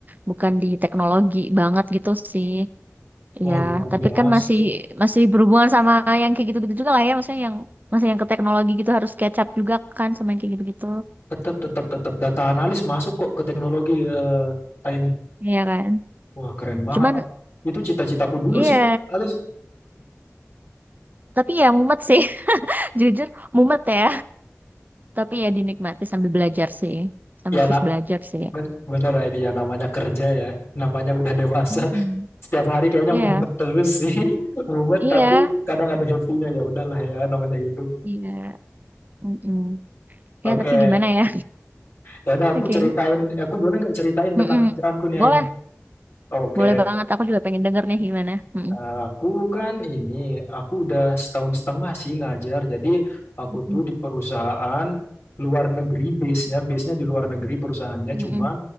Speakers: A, on the right; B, on the left.
A: bukan di teknologi banget gitu sih. Iya,
B: wah luar
A: tapi
B: biasa.
A: kan masih masih berhubungan sama yang kayak gitu-gitu juga lah ya, maksudnya yang masih yang ke teknologi gitu harus catch up juga kan sama yang kayak gitu-gitu.
B: Tetap tetap tetap data analis masuk kok ke teknologi eh Aini.
A: Iya kan?
B: Wah, keren banget.
A: Cuman
B: Am. Itu cita-citaku dulu
A: iya,
B: sih, Alis.
A: tapi ya mumet sih. <laughs> Jujur mumet ya, tapi ya dinikmati sambil belajar sih. Sambil
B: Ya,
A: terus
B: nak,
A: belajar sih.
B: ben- bener ya ini ya namanya kerja ya. Namanya udah dewasa.
A: Mm-mm.
B: <laughs> Setiap hari kayaknya
A: Iya,
B: mumet terus sih. <laughs> Mumet
A: iya,
B: tapi kadang ada happy-nya ya. Udahlah ya, namanya hidup.
A: iya. Mm-mm.
B: Oke.
A: Ya, tapi gimana ya?
B: Ya udah aku
A: <laughs> Oke.
B: ceritain, Ya, aku boleh nggak ceritain tentang
A: Mm-mm.
B: kerjaanku nih
A: Boleh,
B: ya ini? Oh, Oke.
A: boleh banget. Aku juga pengen denger nih gimana. Mm-mm.
B: Eh, Aku kan ini, aku udah setahun setengah sih ngajar. Jadi aku
A: Mm-mm.
B: tuh di perusahaan luar negeri base-nya, base-nya di luar negeri perusahaannya.
A: Mm-mm.
B: Cuma